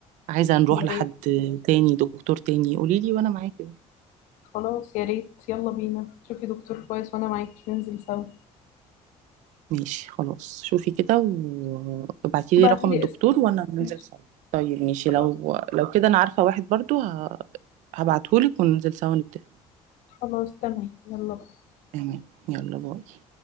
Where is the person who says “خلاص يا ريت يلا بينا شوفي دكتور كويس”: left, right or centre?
Left